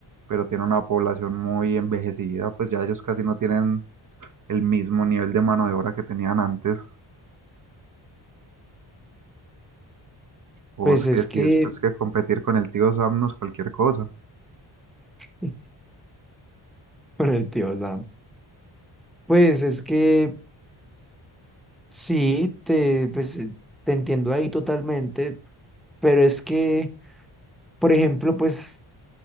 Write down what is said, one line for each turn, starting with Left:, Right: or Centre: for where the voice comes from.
Right: pero tienen una población muy envejecida, pues ya ellos casi no tienen el mismo nivel de mano de obra que tenían antes. O
Centre: Pues
Right: es que
Centre: es
Right: si
Centre: que,
Right: después que competir con el tío Sam no es cualquier cosa.
Centre: <laughs> con el tío Sam, pues es que sí, te, pues, eh, te entiendo ahí totalmente, pero es que... Por ejemplo, pues